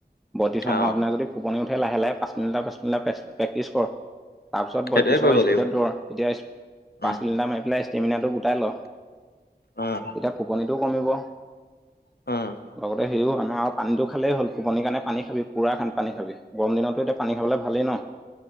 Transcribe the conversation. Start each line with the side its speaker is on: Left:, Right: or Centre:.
Centre: বত্ৰিছ সময়তনা
Left: অ',
Centre: যদি ফপনি উঠে লাহে লাহে পাঁচ মিনিট, পাঁচ মিনিট প্ৰেক্টিছ কৰ। তাৰপিছত
Left: সেইটোৱে
Centre: বয়ত্ৰিশৰ
Left: কৰিব
Centre: স্পীডত
Left: লাগিব।
Centre: দৌৰ। তেতিয়া
Left: উম,
Centre: ফিল্টাৰ মাৰি পেলাই ষ্টেমিনাটো গোটাই ল'। তেতিয়া
Left: উম,
Centre: ফোপনিটোও কমিব।
Left: উম।
Centre: লগতে হেৰিও আনৰ আৰু পানীটো খালেই হ'ল, টোপনি কাৰণে পানী খাবি, পুৰা পানী খাবি। গৰম দিনতো এতিয়া পানী খালে ভালেই ন'।